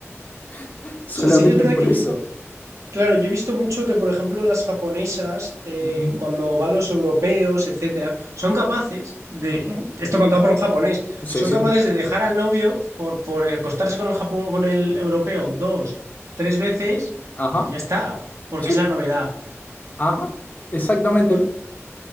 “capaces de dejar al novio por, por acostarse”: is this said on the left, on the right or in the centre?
Right